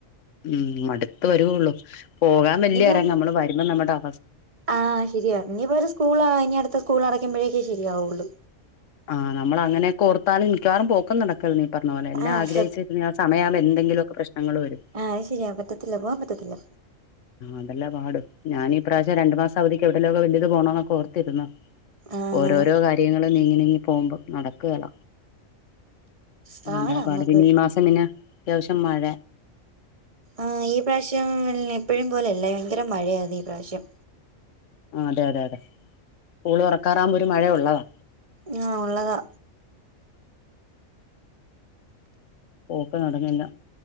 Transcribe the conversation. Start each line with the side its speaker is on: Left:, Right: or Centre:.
Left: മ് മട്ത്ത് വരുവൊള്ളൂ പോകാൻവല്യേഎരം
Right: ഇനിയിപ്പം
Left: നമ്മള് വരുമ്പം നമ്മടെഅ
Right: ആഹ് ശെരിയാ ഇനിപ്പര് സ്കൂളാ ഇനി അടുത്ത സ്കൂൾ അട കുമ്പഴേക്കെ ശെരിയാവൊള്ള്
Left: ആഹ് നമ്മളങ്ങനൊക്കെ ഓർത്താല് മിക്കവാറും പോക്ക്‌ ക്കും നടക്കിൽ നീ പറഞപോലെ എല്ലാം
Right: ആഹ്
Left: ആഗ്രഹിച്ച്
Right: സ
Left: പിന്നേ ആഹ് സമയാമ്പോ എന്തെങ്കിലൊക്കെ പ്രേശ്നങ്ങള് വരും
Right: ആഹ് അത് ശരിയാ പറ്റത്തില്ല പോവാൻ പറ്റത്തില്ല
Left: ന്തല്ല പാട് ഞാനിപ്രാശ്യം രണ്ട് മാസവദിക്ക് എവ്ടെല്ലാം ക്കൊ വെല്ലിത് പോണോനൊക്കോ ഓർത്തിരുന്നു
Right: ആഹ്
Left: ഓരോരോ കാര്യങ്ങൾ ങ്ങൾ നീങ്ങി നീങ്ങി പോമ്പോ ന്നടക്കേല
Right: പാടാ
Left: ങ്ങ താപാട്
Right: നമ്മക്ക്
Left: പിന്നീമാസം പ്പിന്നെ ത്യാവഷ്യം മരെ
Right: ആഹ് ഈ പ്രാശ്യോം വെല്നെ പ്പഴും പോലല്ല വയങ്കര മഴയാർന്ന് ഇപ്രാഷ്യം
Left: അതെ അതെ അതെ സ്കൂള് തൊറക്കാറാമ്പേ മഴയുള്ളതാ
Right: ആഹ് ഉള്ളതാ
Left: പോക്ക്‌ നടന്നില്ലാ